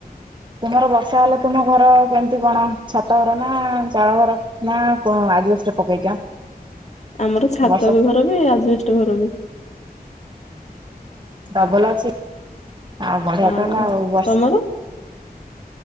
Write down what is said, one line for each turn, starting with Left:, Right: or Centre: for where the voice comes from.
Right: ତୁମର ବର୍ଷା ହେଲେ ତୁମ ଘର କେମିତି କଣ ଛାତ ଘର ନା ଚାଳ ଘର? ନା କ ଆଜବେଷ୍ଟ ପକେଇଛ?
Left: ଆମର ଛାତ
Right: ବର୍ଷା
Left: ବି ଘର ବି ଆଜବେଷ୍ଟ ଘର ବି।
Right: ଡବଲ ଅଛି ଆଉ ବଢିଆ
Left: ହଁ।
Right: ତ ହେଲା। ଆଉ ବର୍ଷ
Left: ତମର